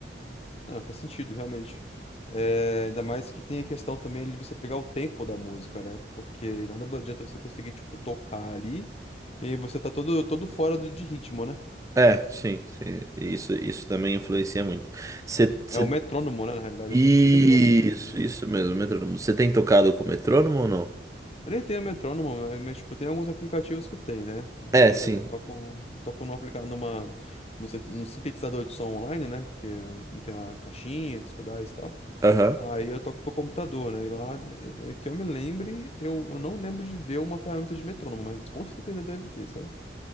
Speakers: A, on the left (about 35°); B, on the right (about 20°).
A: Não, faz sentido, realmente. É, ainda mais que tem a questão também ali de você pegar o tempo da música, né? Porque nada adianta você conseguir, tipo, tocar ali e você tá todo, todo fora do, de ritmo, né?
B: É, sim, sim. Isso, isso também influencia muito. Você, você-
A: É o metrônomo, né? Na realidade,
B: Isso,
A: acho, acho que é metrônomo, né?
B: isso mesmo, metrônomo. Você tem tocado com metrônomo ou não?
A: Eu nem tenho metrônomo, né? mas, tipo, tem alguns aplicativos que tem, né? Ou,
B: É,
A: Por
B: sim.
A: exemplo, eu toco, eu toco num, aplica numa, num, sin- num sintetizador de som online, né? Porque não tem a caixinha, os pedais e tal.
B: Aham.
A: Aí eu toco pro computador, né? E lá, é, é que eu me lembre, eu, eu não lembro de ver uma ferramenta de metrônomo, mas com certeza deve ter, sabe?